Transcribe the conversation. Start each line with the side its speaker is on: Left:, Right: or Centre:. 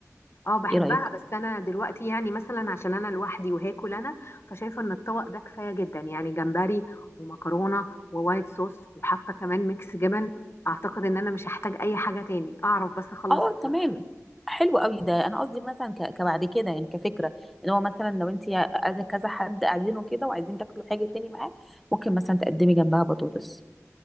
Left: اه بحبها
Centre: ايه رايك
Left: بس أنا دلوقتي يعني مثلا عشان أنا لوحدي وهاكل أنا فشايفة إن الطبق ده كفاية جدا يعني جمبري ومكرونة ووايت صوص وحاطة كمان ميكس جبن أعتقد إن أنا مش هحتاج أي حاجة تاني أعرف بس أخلص
Centre: اه
Left: الطبق
Centre: تمام حلو قوي ده انا قصدي مثلا ك... كبعد كده يعني كفكره ان هو مثلا لو انت قاعده كذا حد قاعدين وكده وعايزين تاكلوا حاجه تاني معاه ممكن مثلا تقدمي جنبها بطاطس